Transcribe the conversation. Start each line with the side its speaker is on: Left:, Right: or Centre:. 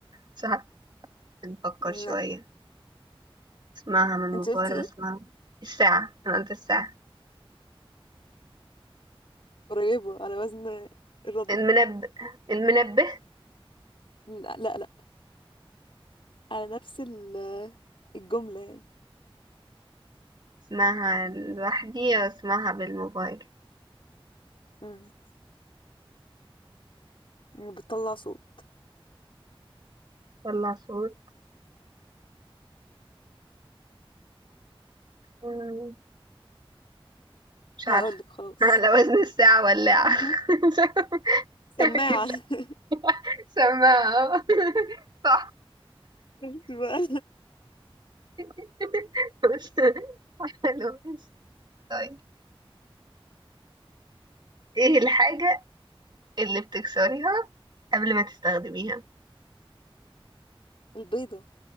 Right: ساعة نفكر
Left: لا
Right: شوية اسمعها من الموبايل
Left: انت قلتي ايه
Right: بسمعها الساعة انا قلت الساعة
Left: قريبة على وزن الرد
Right: المنبه المنبه
Left: لا لا لا على نفس ال- الجملة يعني
Right: اسمعها لوحدي او اسمعها بالموبايل
Left: امم بتطلع صوت
Right: طلع صوت مم، مش
Left: هقولك
Right: عارفة
Left: خلاص
Right: <laughs> على وزن الساعة ولاعة
Left: مهم.
Right: <laughs> مش عارفة.
Left: سماعة
Right: أكيد لا
Left: <laughs>
Right: سماعة <laughs> صح
Left: شفتي بقى
Right: <laughs> بس حلو ماشي طيب ايه الحاجة اللي بتكسريها قبل ما تستخدميها
Left: البيضة